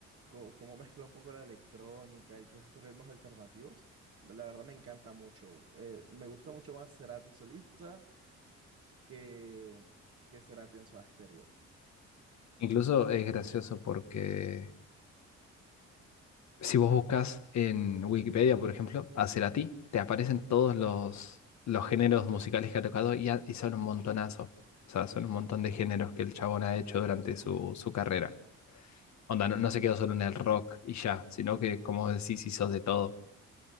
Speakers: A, on the right (about 50°); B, on the left (about 65°).
A: co- cómo mezcla un poco la electrónica y todos estos ritmos alternativos. La verdad, me encanta mucho. Eh, me gusta mucho más Cerati solista que, que Cerati en Soda Stereo.
B: Incluso es gracioso porque si vos buscas en Wikipedia, por ejemplo, a Cerati, te aparecen todos los, los géneros musicales que ha tocado y, ha- y son un montonazo. O sea, son un montón de géneros que el chabón ha hecho durante su, su carrera. Onda, no, no se quedó solo en el rock y ya, sino que, como vos decís, hizo de todo.